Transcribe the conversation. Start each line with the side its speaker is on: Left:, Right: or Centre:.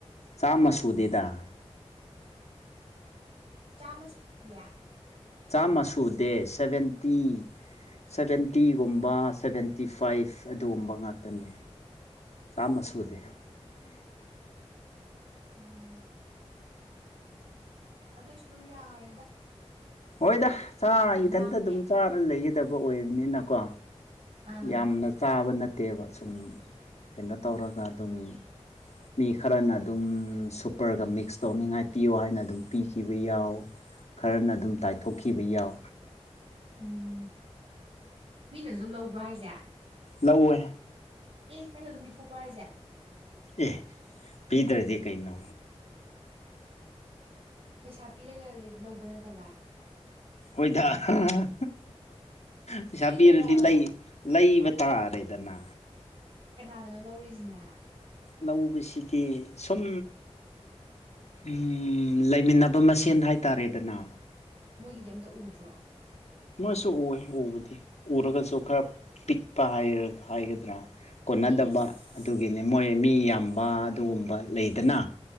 Left: ꯆꯥꯝꯃ ꯁꯨꯗꯦꯗ
Right: ꯆꯥꯝꯃ ꯁꯨꯗꯤꯌꯦ
Left: ꯆꯥꯝꯃ ꯁꯨꯗꯦ ꯁꯚꯦꯟꯇꯤ ꯁꯚꯦꯟꯇꯤꯒꯨꯝꯕ ꯁꯚꯦꯟꯇꯤ ꯐꯥꯏꯚ ꯑꯗꯨꯒꯨꯝꯕ ꯉꯥꯛꯇꯅꯦ ꯆꯥꯃ ꯁꯨꯗꯦ
Right: ꯎꯝ ꯎꯝ <inaudible> ꯑꯗꯨꯑꯣꯏꯁꯨ ꯑꯗꯨꯝ ꯌꯥꯔꯦꯗ
Left: ꯍꯣꯏꯗ ꯆꯥ ꯏꯊꯟꯇ
Right: ꯌꯥꯝꯃꯦ
Left: ꯑꯗꯨꯝ ꯆꯥꯔ ꯂꯩꯒꯗꯕ ꯑꯣꯏꯕꯅꯤꯅꯀꯣ
Right: ꯑꯥ
Left: ꯌꯥꯝꯅ ꯆꯥꯕ ꯅꯠꯇꯦꯕ ꯁꯨꯝ ꯀꯩꯅꯣ
Right: ꯍꯣꯏ
Left: ꯇꯧꯔꯒ ꯑꯗꯨꯝ ꯃꯤ ꯈꯔꯅ ꯑꯗꯨꯝ ꯁꯨꯄꯔꯒ ꯃꯤꯛꯁ ꯇꯧꯅꯤꯡꯉꯥꯏ ꯄꯤꯌꯣ ꯍꯥꯏꯅ ꯑꯗꯨꯝ ꯄꯤꯈꯤꯕ ꯌꯥꯎ ꯈꯔꯅ ꯑꯗꯨꯝ ꯇꯥꯏꯊꯣꯛꯈꯤꯕ ꯌꯥꯎ
Right: ꯎꯝ ꯃꯤꯅꯁꯨ ꯑꯗꯨꯝ ꯂꯧꯕ꯭ꯔꯣ ꯍꯥꯏꯁꯦ
Left: ꯂꯧꯋꯦ
Right: ꯑꯦ ꯅꯪꯅ ꯑꯗꯨꯝ ꯄꯤꯊꯣꯛꯄ꯭ꯔꯥ ꯍꯥꯏꯁꯦ
Left: ꯑꯦꯍ ꯄꯤꯗ꯭ꯔꯗꯤ ꯀꯩꯅꯣ
Right: ꯄꯩꯁꯥ ꯄꯤꯔꯒ ꯂꯧꯕ ꯅꯠꯇꯕ
Left: ꯍꯣꯏꯗ ꯍꯥꯍꯥꯍꯥ ꯄꯩꯁꯥ
Right: ꯐ꯭ꯔꯤꯗꯔꯕ
Left: ꯄꯤꯔꯗꯤ ꯂꯩ ꯂꯩꯕ ꯇꯥꯔꯦꯗꯅ
Right: ꯅꯥꯅꯅ ꯂꯧꯔꯤꯁꯤꯅꯦ
Left: ꯂꯧꯕꯁꯤꯒꯤ ꯁꯨꯝ ꯎꯝ ꯂꯩꯃꯤꯟꯅꯕ ꯃꯁꯦꯟ ꯍꯥꯏꯇꯥꯔꯦꯗꯅ
Right: ꯃꯣꯏꯒꯤꯗꯤ ꯑꯝꯇ ꯎꯗ꯭ꯔꯣ
Left: ꯃꯣꯏꯁꯨ ꯎ ꯎꯕꯗꯤ ꯎꯔꯒꯁꯨ ꯈꯔ ꯄꯤꯛꯄ ꯍꯥꯏꯒꯗ꯭ꯔꯥ ꯀꯣꯟꯅꯗꯕ
Right: ꯏꯁ
Left: ꯑꯗꯨꯒꯤꯅꯦ ꯃꯣꯏ ꯃꯤ ꯌꯥꯝꯕ ꯑꯗꯨꯒꯨꯝꯕ ꯂꯩꯗꯅ